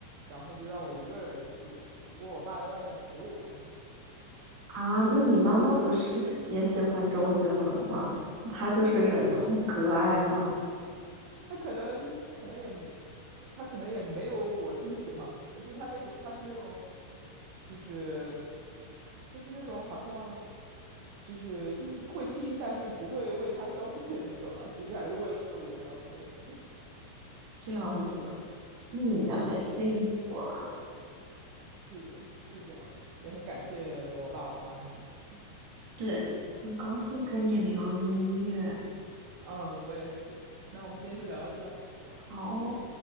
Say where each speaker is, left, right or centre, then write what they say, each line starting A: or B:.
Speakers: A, on the right (about 85°); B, on the right (about 70°).
A: 然后就让我一个人去的，不过我爸在外面陪我那种。
B: 啊，
A: 就是
B: 那你妈妈不是也喜欢周杰伦吗？那她就是忍痛割爱啦，
A: 是他可能他可能也他可能也没有我这么喜欢吧就是他那种他是那种就是他是那种好像就是就是会听，但是不会为他消费的那种吧，其实还是为了我消费。
B: 这样子，那你也很幸福啊。
A: 嗯嗯，是的，是这样的，也很感谢我爸我妈他们吧。
B: 对，很高兴跟你聊音乐。
A: 嗯嗯，我也是。那我们今天就聊到这儿。
B: 好哦